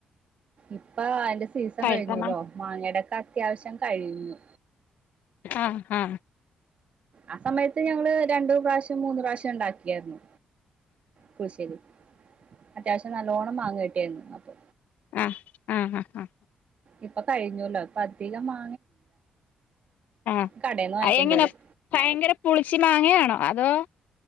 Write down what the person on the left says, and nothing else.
പഴുത്ത
മാ
ആാ ആാ
ആാ ആാ ആാ ആാ
ആാ
അയ് എങ്ങനെ
ഭയങ്കര പുളിച്ചി മാങ്ങയാണോ അതോ